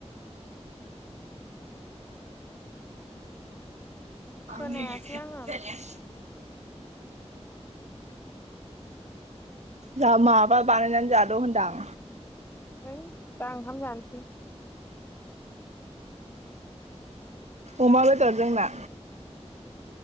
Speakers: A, on the right; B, on the left.
A: <unintelligible>
B: खोनायासै आङो
A: जा माबा बानायनानै जाद' होनदां
B: है दा ओंखाम जानोसै।
A: अमा बेदर जोंना।